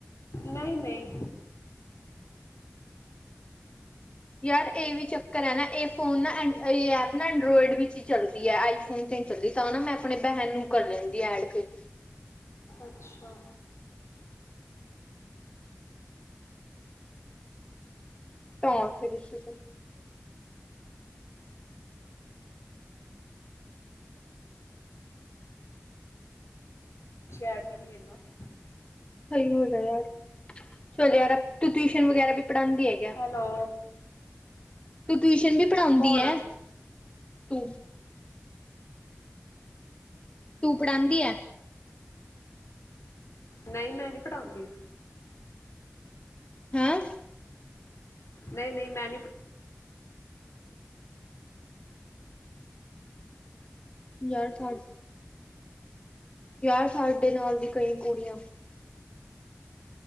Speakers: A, on the left; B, on the left.
A: ਨਹੀਂ, ਨਹੀਂ।
B: ਯਾਰ ਇਹ ਵੀ ਚੱਕਰ ਚਕਰ ਇਹ ਨਾ ਇਹ ਫੋਨ ਨਾ ਐਂ ਇਹ ਐਪ ਨਾ ਐਂਡਰੋਇਡ ਵਿੱਚ ਹੀ ਚੱਲਦੀ ਹੈ। ਆਈਫੋਨ ਤੇ ਨਹੀ ਚੱਲਦੀ ਤਾਂ ਨਾ ਮੈਂ ਆਪਣੇ ਭੈਣ ਨੂੰ ਕਰ ਲੈਂਦੀ ਐਡ ਫਿਰ
A: ਅੱਛਾ।
B: <unintelligible>
A: ਐਡ ਵੀ ਨਹੀਂ ਹੈਗਾ <inaudible>
B: ਸਹੀ ਹੋ ਜਾਏਗਾ ਯਾਰ, ਚਲੋਂ ਯਾਰ ਆ, ਤੂੰ ਟਿਊਸ਼ਨ ਵਗੈਰਾ ਵੀ ਪੜ੍ਹਾਉਂਦੀ ਹੈਗੀ
A: ਹੈਲੋ।
B: ਤੂੰ ਟਿਊਸ਼ਨ ਵੀ ਪੜ੍ਹਾਉਂਦੀ
A: ਕੌਣ
B: ਐ, ਤੂੰ? ਤੂੰ ਪੜਾਂਦੀ ਐ?
A: ਨਹੀਂ ਮੈਂ ਨਹੀਂ ਪੜਾਉਂਦੀ।
B: ਹੈਂ।
A: ਨਹੀਂ, ਨਹੀਂ ਮੈਂ ਨੀ
B: ਯਾਰ ਸਾਡ ਯਾਰ ਸਾਡੇ ਨਾਲ ਦੀ ਕਈ ਕੁੜੀਆਂ